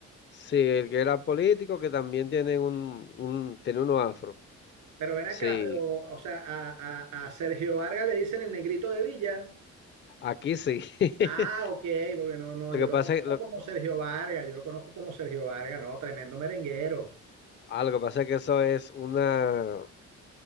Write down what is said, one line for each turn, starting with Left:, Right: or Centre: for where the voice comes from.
Left: Sí, el que era político, que también tiene un, un tiene uno afro.
Right: Pero ven acá,
Left: Sí,
Right: pero, o sea, a, a- a Sergio Vargas le dicen el negrito de Villa.
Left: aquí sí. <laughs>
Right: Ah, ok, porque no, no,
Left: Lo
Right: yo
Left: que
Right: lo
Left: pasa
Right: conozco
Left: es, lo,
Right: como Sergio Vargas, yo lo conozco como Sergio Vargas, no, tremendo merenguero.
Left: ah, lo que pasa es que eso es una,